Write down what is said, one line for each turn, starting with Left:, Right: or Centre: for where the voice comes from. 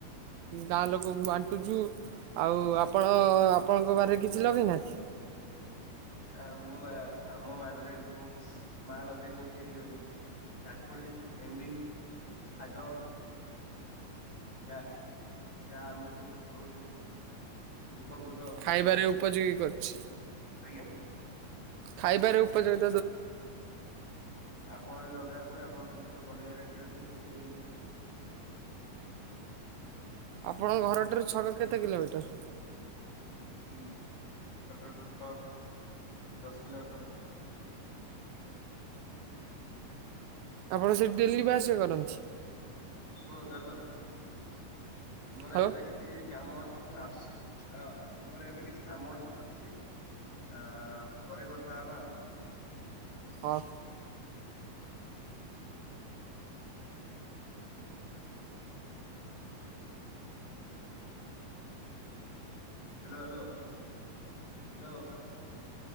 Right: ଗାଁ ଲୋକକୁ ବାଣ୍ଟୁଛୁ। ଆଉ ଆପଣ ଆପ ଆପଣଙ୍କ ବାରିରେ କିଛି ଲଗେଇନା କି?
Left: ହଁ ମୁଁ ବା ଆମ ବାରରେ ମୁଁ ମା ଲଗେଇଛନ୍ତି। କାକୁଡି ଭେଣ୍ଡି ଶାଗ ଯା ଯାହା ଆମକୁ ବହୁତ ଉପକୃତ
Right: ଖାଇବାରେ ଉପଯୋଗୀ କରୁଛି।
Left: ଆଜ୍ଞା
Right: ଖାଇବାରେ ଉପଯୋଗ
Left: ଆପଣ ଲଗାନ୍ତୁ। ଆପଣ ସୁସ୍ଥ ପନିପରିବା ଖାଆନ୍ତୁ ସୁସ୍ଥ ରୁହନ୍ତୁ।
Right: ଆପଣଙ୍କ ଘରଟାରୁ ଛକ କେତେ କିଲୋମିଟର?
Left: <unintelligible> ଦଶ କିଲୋ ଖଣ୍ଡେ।
Right: ଆପଣ ସେଠି ଡେଲିଯିବା ଆସିବା କରନ୍ତି।
Left: ଶୁଣନ୍ତୁ, ହାଲୋ। ମୋର
Right: ହ୍ୟାଲୋ
Left: ଏବେ କିଛି କାମ ଅଛି। ମୁଁ ଆସୁଛି ମୋର ଏବେ କିଛି କାମ ଅଛି ମୁଁ ଆସୁଛି। ଆ ପରେ କଥା ହେବା।
Right: ହଁ।
Left: Hello hello hello